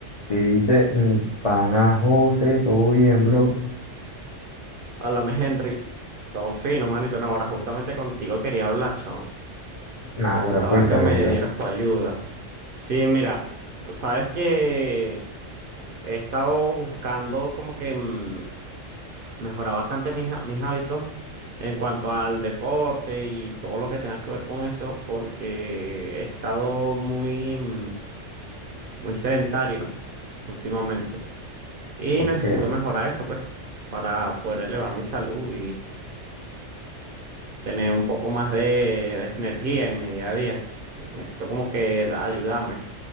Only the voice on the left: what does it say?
que dice mi pana José, todo bien, bro.
Nah,
ahora cuéntamelo.
Porque